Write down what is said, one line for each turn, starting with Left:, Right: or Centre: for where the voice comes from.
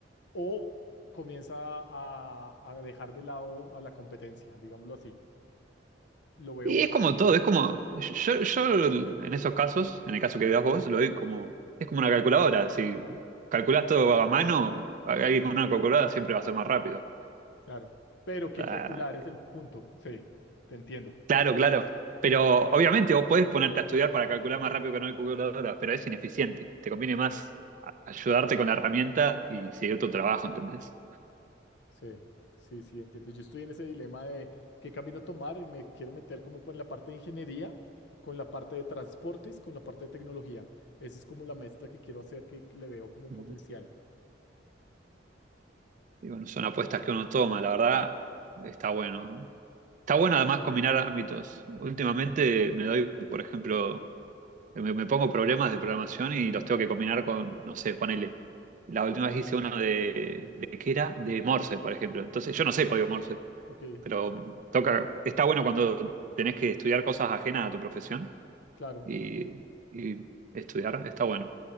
Left: o comienza a, a dejar de lado a la competencia, digámoslo así. Lo veo
Right: Y
Left: más,
Right: es como todo, es como, yo, yo en esos casos, en el caso que veas vos, lo doy como, es como una calculadora, si calculás todo a mano, alguien con una calculadora siempre va a ser más rápido.
Left: claro. Pero que
Right: Ah,
Left: calcular es el punto, sí, te entiendo.
Right: Claro, claro. Pero obviamente vos podés ponerte a estudiar para calcular más rápido que una calculadora, pero es ineficiente. Te conviene más a- ayudarte con la herramienta y seguir tu trabajo, ¿entendés?
Left: Sí, sí, sí, entiendo. Yo estoy en ese dilema de qué camino tomar y me quiero meter como por la parte de ingeniería, con la parte de transportes, con la parte de tecnología. Esa es como la mezcla que quiero hacer, que que le veo como potencial.
Right: Y bueno, son apuestas que uno toma, la verdad, está bueno. Está bueno además combinar ámbitos. Últimamente me doy, por ejemplo, me, me pongo problemas de programación y los tengo que combinar con, no sé, ponele. La última vez hice uno de, de ¿qué era? De Morse, por ejemplo. Entonces, yo no sé código Morse,
Left: Ok,
Right: pero toca, está bueno cuando tenés que estudiar cosas ajenas a tu profesión
Left: claro,
Right: y, y estudiar, está bueno.